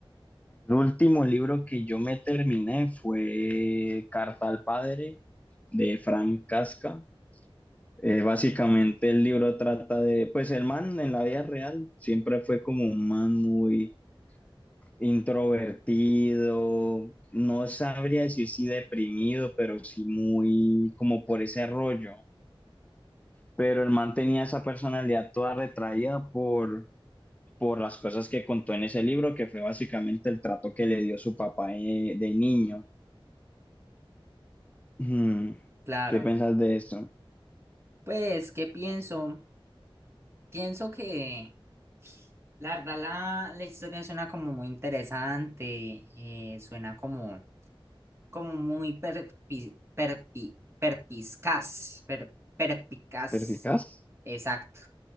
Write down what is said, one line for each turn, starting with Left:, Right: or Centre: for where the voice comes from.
Left: El último libro que yo me terminé fue Carta al Padre de Frank Casca. Eh, básicamente el libro trata de, pues el man en la vida real siempre fue como un man muy introvertido, no sabría decir si deprimido, pero sí muy como por ese rollo. Pero el man tenía esa personalidad toda retraída por, por las cosas que contó en ese libro, que fue básicamente el trato que le dio su papá de, de niño. Hmm.
Right: Claro.
Left: ¿Qué piensas de eso?
Right: Pues, ¿qué pienso? Pienso que la verdad la, la historia suena como muy interesante, eh, suena como como muy perpi, perpi- perpiscaz, per- perpicaz.
Left: ¿Perficaz?
Right: Exacto.